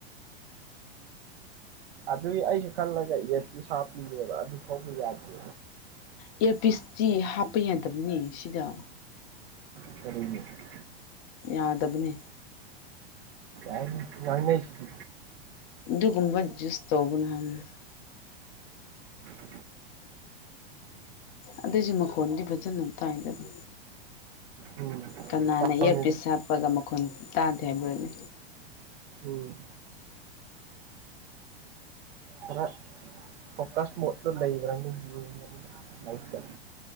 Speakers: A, on the right; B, on the left.
A: ꯑꯗꯨꯏ ꯑꯩꯁꯨ ꯈꯜꯂꯒ ꯑꯦꯌꯥꫪꯐꯤꯁ ꯍꯥꯞꯄꯤꯅꯦꯕ ꯑꯗꯨ ꯐꯥꯎꯕ ꯌꯥꯗꯦ
B: ꯏꯌꯥꫪꯄꯤꯁꯇꯤ ꯍꯥꯞꯄ ꯌꯥꯗꯕꯅꯤ ꯁꯤꯗ
A: <unintelligible>
B: ꯌꯥꯗꯕꯅꯦ
A: <unintelligible> ꯉꯥꯡꯅꯩꯁꯤꯗꯤ
B: ꯗꯨꯒꯨꯝꯕ ꯖꯨꯁ ꯇꯧꯒꯅꯨ <unintelligible>
A: ꯑ
B: ꯑꯗꯨꯏꯁꯨ ꯃꯈꯣꯟꯗꯤ ꯐꯖꯅ ꯇꯥꯏꯗꯅ
A: ꯎꯝ
B: ꯀꯅꯥꯅ
A: ꯇꯥꯎꯅꯦ
B: ꯏꯌꯥꯔꯄꯤꯁ ꯍꯥꯞꯄꯒ ꯃꯈꯣꯟ ꯇꯥꯗꯦ ꯍꯥꯏꯕ꯭ꯔꯅꯦ
A: ꯎꯝ ꯈꯔ ꯐꯣꯀꯁ ꯃꯣꯠꯇ ꯂꯩꯕ꯭ꯔꯥꯅ ꯌꯦꯡꯕꯅꯦ